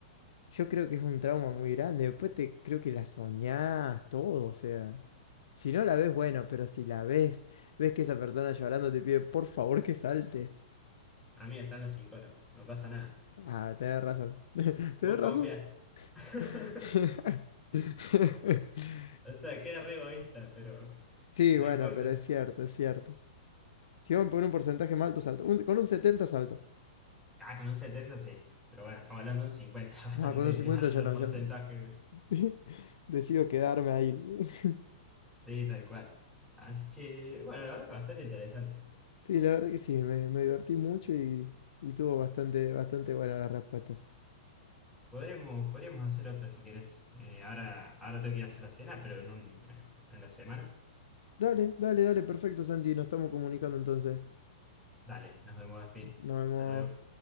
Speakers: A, on the left (about 60°); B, in the centre.
A: Yo creo que es un trauma muy grande. Después te creo que la soñás, todo, o sea. Si no la ves, bueno, pero si la ves, ves que esa persona llorando te pide por favor que saltes.
B: A mí están los psicólogos, no pasa nada.
A: Ah, tenés razón. <laughs> Tenés
B: ¿Vos
A: razón.
B: confías? <laughs>
A: <laughs>
B: O sea, queda re egoísta, pero
A: Sí,
B: no
A: bueno,
B: importa.
A: pero es cierto, es cierto. Si van por un porcentaje más alto, salto. Un- con un 70 salto.
B: Ah, con un setenta sí. Pero bueno, estamos hablando de un 50, <laughs> bastante
A: No, con un 50
B: alto
A: ya no,
B: porcentaje.
A: ya <laughs> decido quedarme ahí. <laughs>
B: Sí, tal cual. Así que, bueno, la verdad que bastante interesante.
A: Sí, la verdad que sí, me, me divertí mucho y, y tuvo bastante, bastante buenas las respuestas.
B: Podremos, podríamos hacer otra si querés. Eh, ahora, ahora tengo que ir a hacer la cena, pero en un, en la semana.
A: Dale, dale, dale, perfecto, Santi. Nos estamos comunicando entonces.
B: Dale, nos vemos, Gaspi.
A: Nos vemos.
B: Hasta luego.